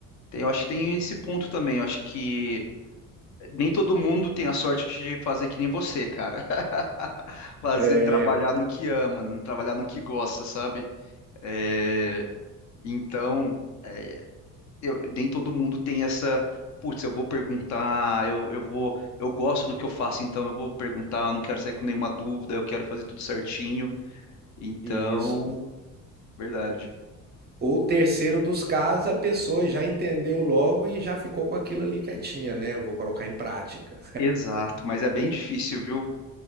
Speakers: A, on the left; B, on the right.
A: Tem- Eu acho que tem esse ponto também. Eu acho que nem todo mundo tem a sorte de fazer que nem você, cara. <laughs> Fazer
B: É,
A: trabalhar no que ama, trabalhar no que gosta, sabe? É, Então, é, eu- nem todo mundo tem essa. Putz, eu vou perguntar, eu, eu vou, eu gosto do que eu faço, então eu vou perguntar, eu não quero sair com nenhuma dúvida, eu quero fazer tudo certinho. Então,
B: isso.
A: verdade.
B: Ou terceiro dos casos, a pessoa já entendeu logo e já ficou com aquilo ali quietinha, né? Eu vou colocar em prática.
A: Exato, mas é bem difícil, viu?